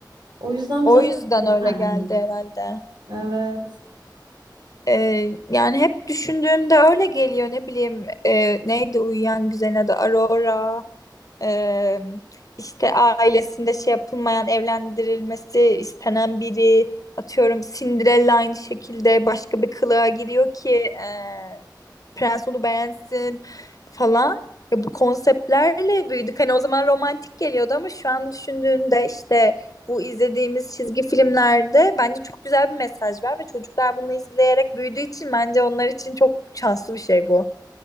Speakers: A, on the right; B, on the left.
A: O yüzden bize
B: O
A: farklı
B: yüzden öyle
A: gelmiyor.
B: geldi herhalde.
A: Evet.
B: Ee, yani hep düşündüğümde öyle geliyor ne bileyim e, neydi uyuyan güzelin adı Aurora Ee, işte ailesinde şey yapılmayan evlendirilmesi istenen biri atıyorum Cinderella aynı şekilde başka bir kılığa giriyor ki e, prens onu beğensin falan ya bu konseptlerle büyüdük hani o zaman romantik geliyordu ama şu an düşündüğünde işte bu izlediğimiz çizgi filmlerde bence çok güzel bir mesaj var ve çocuklar bunu izleyerek büyüdüğü için bence onlar için çok şanslı bir şey bu.